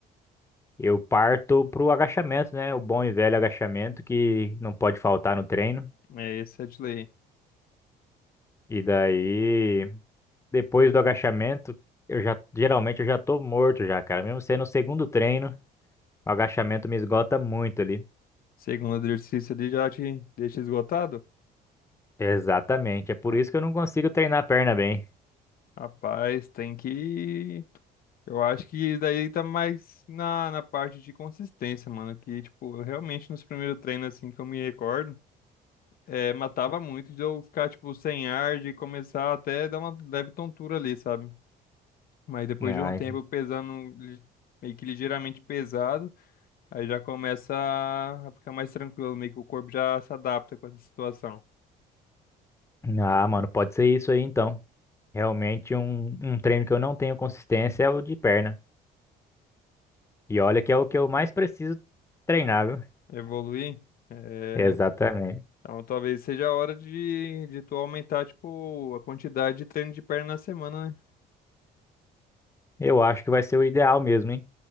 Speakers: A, on the left (about 15°); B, on the left (about 60°).
A: eu parto pro agachamento, né? O bom e velho agachamento que não pode faltar no treino.
B: É, esse é de lei.
A: E daí, depois do agachamento, eu já geralmente eu já tô morto já, cara. Mesmo sendo o segundo treino, o agachamento me esgota muito ali.
B: Segundo exercício ali já te deixa esgotado?
A: Exatamente. É por
B: Ah,
A: isso que eu não consigo treinar a perna bem.
B: rapaz, tem que. Eu acho que daí tá mais na, na parte de consistência, mano. Que, tipo, eu realmente nos primeiros treinos, assim, que eu me recordo, é, matava muito de eu ficar, tipo, sem ar, de começar até dar uma leve tontura ali, sabe? Mas depois
A: Ai,
B: de um tempo pesando, li- meio que ligeiramente pesado, aí já começa a ficar mais tranquilo, meio que o corpo já se adapta com essa situação.
A: Ah, mano, pode ser isso aí então. Realmente um, um treino que eu não tenho consistência é o de perna. E olha que é o que eu mais preciso treinar, viu?
B: Evoluir. É,
A: Exatamente.
B: Então, talvez seja a hora de, de tu aumentar, tipo, a quantidade de treino de perna na semana, né?
A: Eu acho que vai ser o ideal mesmo, hein?